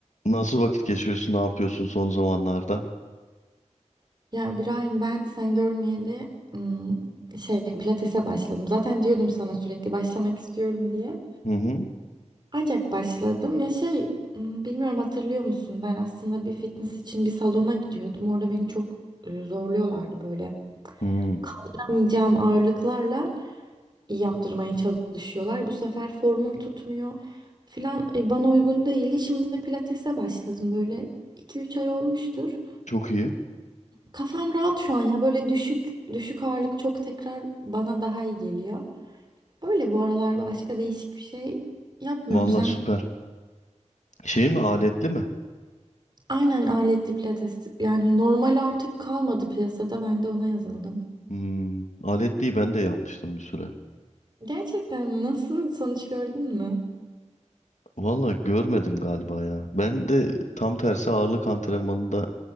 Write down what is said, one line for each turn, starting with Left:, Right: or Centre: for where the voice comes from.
Left: Nasıl vakit geçiriyorsun? Ne yapıyorsun son zamanlarda?
Right: Ya İbrahim ben sen görmeyeli ım, şey pilatese başladım. Zaten diyordum sana sürekli başlamak istiyorum diye.
Left: Hı hı.
Right: Ancak başladım. Ya şey ım, bilmiyorum hatırlıyor musun? Ben aslında bir fitness için bir salona gidiyordum. Orada beni çok e, zorluyorlardı böyle.
Left: Hmm,
Right: Kaldıramayacağım ağırlıklarla yaptırmaya çalışıyorlar. Bu sefer formum tutmuyor filan e, bana uygun değildi. Şimdi de pilatese başladım. Böyle iki üç ay olmuştur.
Left: Çok iyi.
Right: Kafam rahat şu an ya. Böyle düşük düşük ağırlık çok tekrar bana daha iyi geliyor. Öyle bu aralar başka değişik bir şey yapmıyorum.
Left: Vallahi
Right: Sen
Left: süper. Şey mi? Aletli mi?
Right: aynen aletli pilates yani normal artık kalmadı piyasada. Ben de ona yazıldım.
Left: Hmm. Aletliyi ben de yapmıştım bir süre.
Right: Gerçekten mi? Nasıl sonuç gördün mü?
Left: Vallahi görmedim galiba ya. Ben de tam tersi ağırlık antrenmanında